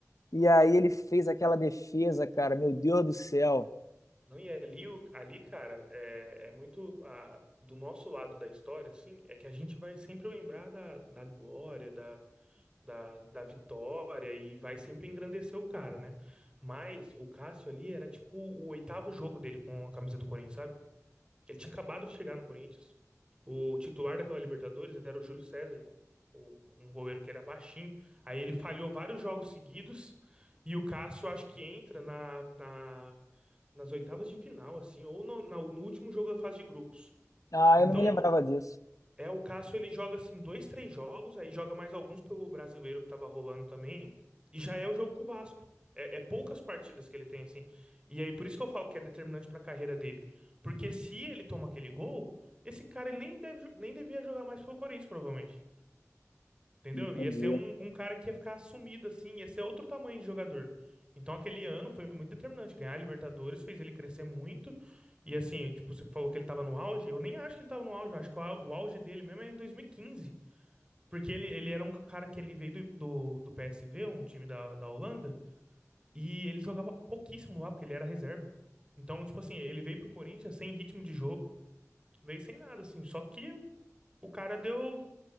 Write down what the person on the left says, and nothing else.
E aí ele fez aquela defesa, cara, meu Deus do céu.
Ah,
eu não me lembrava disso.
Entendi.